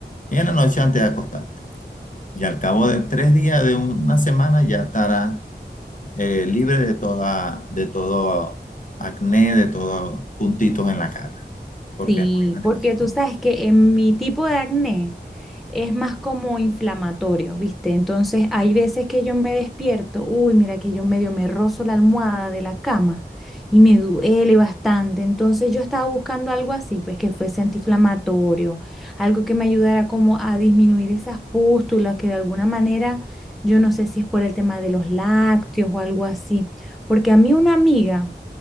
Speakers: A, on the left; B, in the centre.
A: Y en la noche antes de acostarte. Y al cabo de tres días, de una semana, ya estarás eh, libre de toda, de todo acné, de todos puntitos en la cara, porque
B: Sí,
A: es muy beneficioso.
B: porque tú sabes que en mi tipo de acné es más como inflamatorio, ¿viste? Entonces hay veces que yo me despierto, uy, mira que yo medio me rozo la almohada de la cama y me duele bastante. Entonces yo estaba buscando algo así, pues que fuese antiinflamatorio, algo que me ayudara como a disminuir esas pústulas que de alguna manera, yo no sé si es por el tema de los lácteos o algo así, porque a mí una amiga,